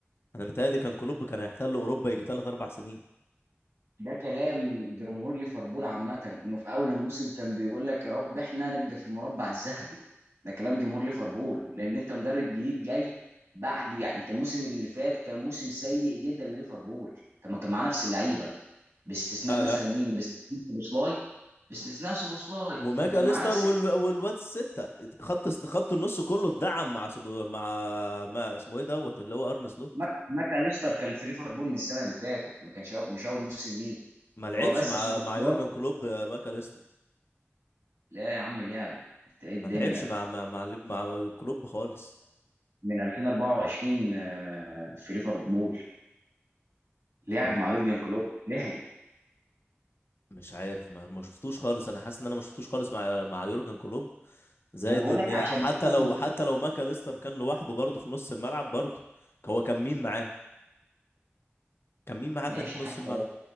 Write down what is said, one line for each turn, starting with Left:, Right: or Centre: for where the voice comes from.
Left: انا متهيألي كان كلوب كان هيحتل اوروبا يجي ثلاث اربع سنين
Right: ده كلام جمهور ليفربول عامة انه في اول الموسم كان بيقول لك يا رب احنا نبقى في المربع الذهبي ده كلام جمهور ليفربول لان انت مدرب جديد جاي بعد يعني انت الموسم اللي فات كان موسم سيء جدا لليفربول طب ما كان معاه نفس اللعيبه باستثناء
Left: لا
Right: مثلا
Left: لا
Right: مين باستثناء سوبوسلاي باستثناء سوبوسلاي
Left: وماك
Right: كان
Left: اليستر
Right: معاه نفس
Left: وال... والواد الستة خط خط النص كله اتدعم مع سب... مع ما اسمه ايه دوت اللي هو ارن سلوت
Right: ماك ماك أليستر كان في ليفربول من السنه اللي فاتت ما كانش أول- مش اول موسم ليه
Left: ما لعبش
Right: هو بس
Left: مع
Right: سوبوسلاي
Left: مع يورجن كلوب آه، ماك اليستر
Right: لا يا عم لاعب انت ايه الدنيا
Left: ما لعبش مع مع مع, مع كلوب خالص
Right: من 2024 آه، في ليفربول لعب
Left: أنا
Right: مع يورجن كلوب لعب
Left: مش عارف ما ما شفتوش خالص انا حاسس ان انا ما شفتوش خالص مع مع يورجن كلوب زائد
Right: ما انا بقول
Left: ان
Right: لك عشان
Left: حتى
Right: كده
Left: لو
Right: من-
Left: حتى لو ماكاليستر كان لوحده برضه في نص الملعب برضه هو كان مين معاه كان مين معاه
Right: ماشي
Left: تاني في
Right: حتى
Left: نص الملعب
Right: لو